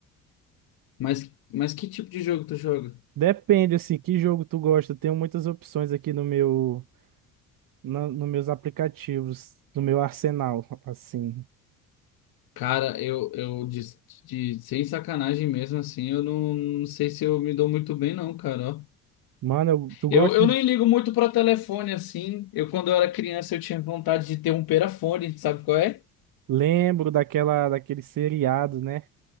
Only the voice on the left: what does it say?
Mas, mas que tipo de jogo tu joga?
Cara, eu, eu de, de- sem sacanagem mesmo, assim, eu não, não sei se eu me dou muito bem, não, cara. ó.
Eu, eu nem ligo muito pra telefone, assim. Eu, quando eu era criança, eu tinha vontade de ter um perafone, sabe qual é?